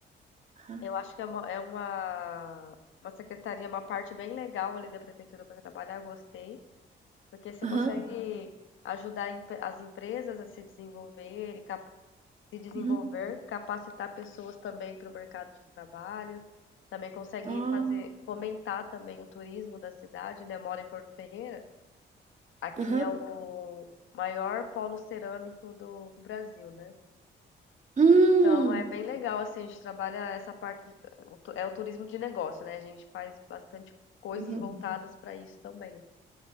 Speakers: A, on the right; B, on the left.
A: Ah,
B: Eu acho que é uma, é uma, uma secretaria, uma parte bem legal ali da prefeitura para trabalhar, gostei, porque você
A: Aham.
B: consegue ajudar em- as empresas a se desenvolver e cap- se desenvolver,
A: Uhum.
B: capacitar pessoas também para o mercado de trabalho, também consegue
A: Ah,
B: fazer, fomentar também o turismo da cidade, né? Eu Moro em Porto Ferreira, aqui
A: Aham.
B: é o maior polo cerâmico do, do Brasil, né?
A: Hum.
B: Então é bem legal, assim, a gente trabalha essa parte, de- o tu- é o turismo de negócio, né? A gente faz bastante coisas
A: Uhum.
B: voltadas para isso também.